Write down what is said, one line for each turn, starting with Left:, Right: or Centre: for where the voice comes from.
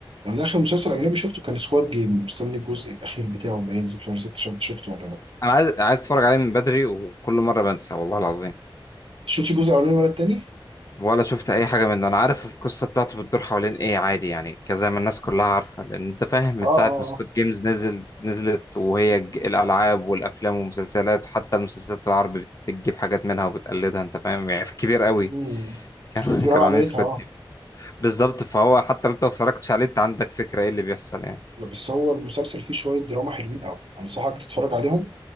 Right: انا اخر مسلسل اجنبي شفته كان سكواد جيم مستني الجزء الاخير بتاعه اللي هينزل في شهر 6 شفت شفته ولا لا
Left: أنا عايز عايز أتفرج عليه من بدري وكل مرة بنسى والله العظيم
Right: شفتش الجزء الاولاني ولا التاني
Left: ولا شفت اي حاجه منه انا عارف القصه بتاعته بتدور حوالين ايه عادي يعني كذا ما الناس كلها عارفه لان انت فاهم من
Right: اه
Left: ساعه
Right: اه
Left: ما سكوت جيمز نزل نزلت وهي الج- الالعاب والافلام والمسلسلات حتى المسلسلات العربي بت- بتجيب حاجات منها وبتقلدها انت فاهم يعني في كبير قوي
Right: امم
Left: <laughs> كان
Right: في
Left: كانوا
Right: رعب عملتها
Left: عاملين سكوت
Right: اه
Left: جيمز بالظبط فهو حتى لو انت ما اتفرجتش عليه انت عندك فكره ايه اللي بيحصل يعني
Right: لا، بس هو المسلسل فيه شويه دراما حلوين قوي انصحك تتفرج عليهم